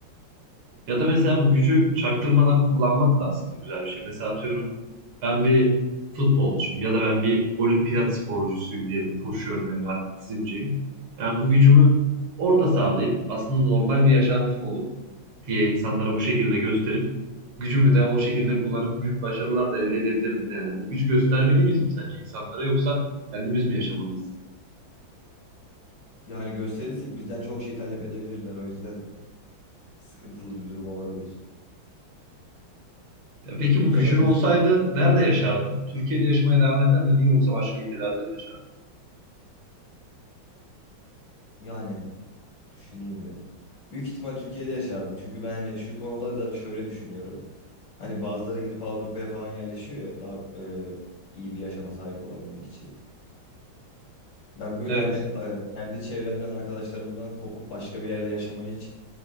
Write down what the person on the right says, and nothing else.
Ya da mesela bu gücü çaktırmadan kullanmak da aslında güzel bir şey. Mesela atıyorum ben bir futbolcuyum ya da ben bir olimpiyat sporcusuyum diyelim. Koşuyorum yani atletizmciyim. Yani bu gücümü orada sağlayıp aslında normal bir yaşantım olup diye insanlara bu şekilde gösterip gücümü de o şekilde kullanıp büyük başarılar da elde edebilirdim yani. Bu gücü göstermeli miyiz sence insanlara yoksa kendimiz mi yaşamalıyız?
Ya peki bu
gücün
olsaydı nerede yaşardın? Türkiye'de yaşamaya devam eder miydin yoksa başka ülkelerde mi yaşardın?
Evet.